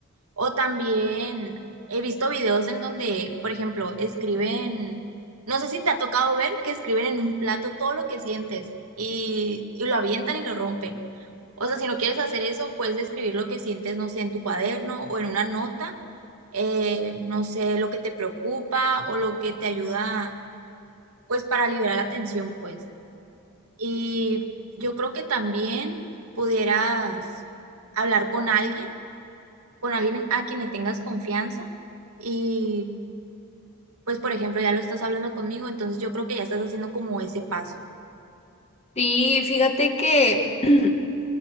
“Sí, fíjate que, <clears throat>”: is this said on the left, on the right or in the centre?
Left